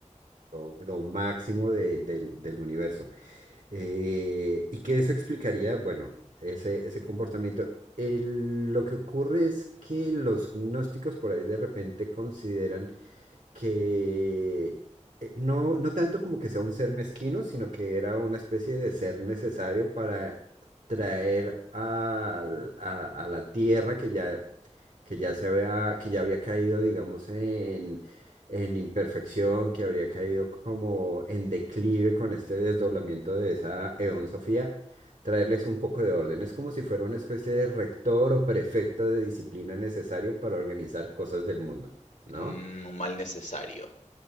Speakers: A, on the right; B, on the left.
A: lo- lo máximo de- del del universo. Eh, y que eso explicaría, bueno, ese, ese comportamiento. El- lo que ocurre es que los gnósticos por ahí de repente consideran que eh, no, no tanto como que sea un ser mezquino, sino que era una especie de ser necesario para traer al- a, a la tierra que ya, que ya se había, que ya había caído, digamos, en, en imperfección, que habría caído como en declive con este desdoblamiento de esa Eón Sofía, traerles un poco de orden. Es como si fuera una especie de rector o prefecto de disciplina necesario para organizar cosas del mundo, ¿no?
B: Mm, un mal necesario.